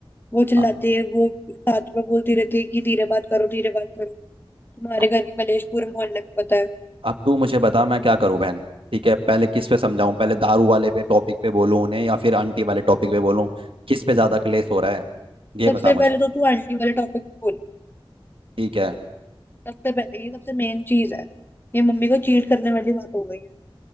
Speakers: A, on the left (about 20°); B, on the right (about 70°).
A: वो चिल्लाती
B: अब
A: है वो साथ में बोलती रहती है कि धीरे बात करो धीरे बात करो तुम्हारे
B: अब
A: घर के कलेश पूरे मोहल्ले में पता है
B: अब तू मुझे बता मैं क्या करूं बहन ठीक है पहले किस पे समझाऊं पहले दारू वाले पे टॉपिक पे बोलूं उन्हें या फिर आंटी वाले टॉपिक पे बोलूं किस पे ज्यादा क्लेश हो रहा है ये
A: सबसे
B: बता मुझे
A: पहले तो तू आंटी वाले टॉपिक पे बोल
B: ठीक है
A: सबसे पहले ये सबसे मेन चीज है ये मम्मी को चीट करने वाली बात हो गई है